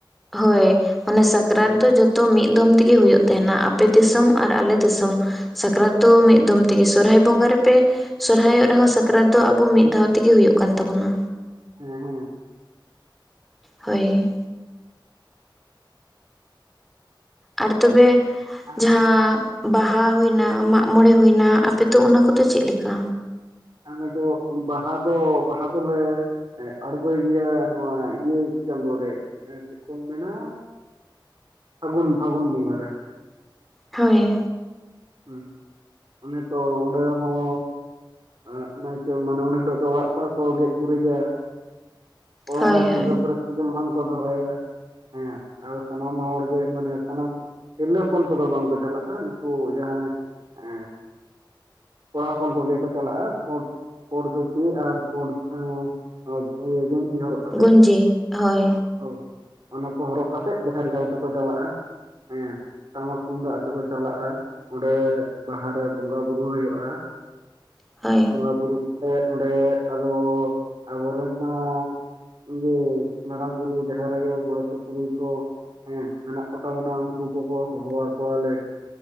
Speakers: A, in the centre; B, on the right (about 55°).
A: ᱦᱳᱭ ᱢᱟᱱᱮ ᱥᱟᱠᱨᱟᱛ
B: ᱟᱪᱪᱷᱟ
A: ᱫᱚ ᱡᱚᱛᱚ ᱢᱤᱫ ᱫᱚᱢ ᱛᱮᱜᱮ ᱦᱩᱭᱩᱜ ᱛᱟᱦᱮᱱᱟ᱾ ᱟᱯᱮ ᱫᱤᱥᱚᱢ ᱟᱨ ᱟᱞᱮ ᱫᱤᱥᱚᱢ ᱥᱟᱠᱨᱟᱛ ᱫᱚ ᱢᱤᱫ ᱫᱚᱢ ᱛᱮᱜᱮ ᱥᱚᱨᱦᱟᱭ ᱵᱚᱸᱜᱟ ᱨᱮᱯᱮ ᱥᱚᱨᱦᱟᱭ ᱚᱜ ᱨᱮᱦᱚᱸ ᱥᱟᱠᱨᱟᱛ ᱫᱚ ᱟᱵᱚ ᱢᱤᱫ ᱫᱷᱟᱣ ᱛᱮᱜᱮ ᱦᱩᱭᱩᱜ ᱠᱟᱱ ᱛᱟᱵᱚᱱᱟ᱾
B: ᱦᱮᱸ ᱦᱮᱸ,
A: ᱦᱳᱭ, ᱟᱨ ᱛᱚᱵᱮ
B: ᱟᱨ
A: ᱡᱟᱦᱟᱸ ᱵᱟᱦᱟ ᱦᱩᱭᱱᱟ, ᱢᱟᱜᱽ ᱢᱚᱬᱮ ᱦᱩᱭᱱᱟ, ᱟᱯᱮ ᱫᱚ ᱚᱱᱟ ᱠᱚᱫᱚ ᱪᱮᱫ ᱞᱮᱠᱟ?
B: ᱟᱞᱮ ᱫᱚ ᱵᱟᱦᱟ ᱫᱚ ᱵᱟᱦᱟ ᱫᱚᱞᱮ ᱦᱮᱸ ᱟᱬᱜᱚᱭ ᱜᱮᱭᱟ ᱱᱚᱣᱟ ᱤᱭᱟᱹ ᱪᱟᱸᱫᱳ ᱨᱮ ᱪᱮᱫ ᱠᱚᱢ ᱢᱮᱱᱟ ᱯᱷᱟᱹᱜᱩᱱ ᱯᱷᱟᱹᱜᱩᱱ ᱵᱚᱸᱜᱟ ᱨᱮ
A: ᱦᱳᱭ ᱾
B: ᱦᱮᱸ ᱚᱱᱮ ᱛᱚ ᱚᱸᱰᱮ ᱦᱚᱸ ᱟᱸᱜ ᱱᱟᱭᱠᱮ ᱢᱟᱱᱮ ᱩᱱ ᱦᱤᱞᱳᱜ ᱫᱚ ᱚᱲᱟᱜ ᱠᱚᱨᱮ ᱠᱚ ᱜᱮᱡ ᱜᱩᱨᱤᱡᱟ, ᱠᱚᱲᱟ
A: ᱦᱳᱭ
B: ᱪᱩᱞᱦᱟᱹ
A: ᱦᱳᱭ
B: ᱠᱚᱨᱮ ᱥᱮᱸᱜᱮᱞ ᱵᱟᱝ ᱠᱚ ᱫᱷᱚᱨᱟᱭᱟ, ᱦᱮᱸ ᱟᱫᱚ ᱥᱟᱱᱟᱢ ᱦᱚᱲ ᱜᱮ ᱢᱟᱱᱮ ᱥᱟᱱᱟᱢ ᱛᱤᱨᱞᱟᱹ ᱦᱚᱯᱚᱱ ᱠᱚᱫᱚ ᱵᱟᱝᱠᱚ ᱪᱟᱞᱟᱜᱼᱟ᱾ ᱱᱩᱠᱩ ᱡᱟᱦᱟᱸᱭ ᱮ ᱠᱚᱲᱟ ᱦᱚᱯᱚᱱ ᱠᱚᱜᱮ ᱠᱚ ᱪᱟᱞᱟᱜᱼᱟ ᱯᱳᱲ ᱯᱳᱲ ᱫᱷᱩᱛᱤ ᱟᱨ ᱯᱳᱲ ᱮᱸ ᱜᱮᱧᱡᱤ ᱦᱚᱨᱚᱜ ᱠᱟᱛᱮᱜ
A: ᱜᱚᱸᱧᱡᱮ ᱦᱳᱭ
B: ᱦᱳᱭ ᱚᱱᱟ ᱠᱚ ᱦᱚᱨᱚᱜ ᱠᱟᱛᱮᱫ ᱡᱟᱦᱮᱨ ᱜᱟᱲ ᱛᱮᱠᱚ ᱪᱟᱞᱟᱜᱼᱟ ᱦᱮᱸ᱾ ᱴᱟᱢᱟᱠ ᱛᱩᱢᱫᱟᱜ ᱟᱛᱮ ᱠᱚ ᱪᱟᱞᱟᱜᱼᱟ ᱚᱸᱰᱮ ᱵᱟᱦᱟᱨᱮ ᱵᱚᱸᱜᱟ ᱵᱩᱨᱩ ᱦᱩᱭᱩᱜᱼᱟ ᱾
A: ᱦᱳᱭ ᱾
B: ᱵᱚᱸᱜᱟ ᱵᱩᱨᱩ ᱠᱟᱛᱮ ᱚᱸᱰᱮ ᱟᱫᱚ ᱟᱵᱚ ᱨᱮᱱ ᱢᱟ ᱤᱭᱮ ᱢᱟᱨᱟᱝ ᱵᱩᱨᱩ ᱡᱟᱦᱮᱨ ᱟᱭᱳ ᱢᱚᱲᱮ ᱠᱚ ᱛᱩᱨᱩᱭ ᱠᱚ ᱦᱮᱸ ᱢᱮᱱᱟᱜ ᱠᱚᱛᱟ ᱵᱚᱱᱟ ᱩᱱᱠᱩ ᱠᱚ ᱠᱚ ᱦᱚᱦᱚ ᱟᱠᱚᱣᱟ ᱞᱮ ᱾